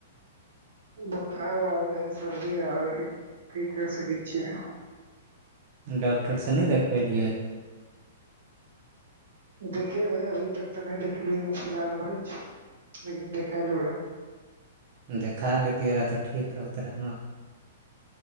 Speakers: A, on the right; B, on the right.
A: बोखार आबै है सर्दी आबै है कि करी सकै छियै हम।
B: डॉक्टर से नै देखबेलियै।
A: देखेबै अभी तक तऽ नै देखलियै फिलहाल मे अछि लेकिन देखाय लेबै हम।
B: देखा लैतियै रहै तऽ ठीक रहत रहै न।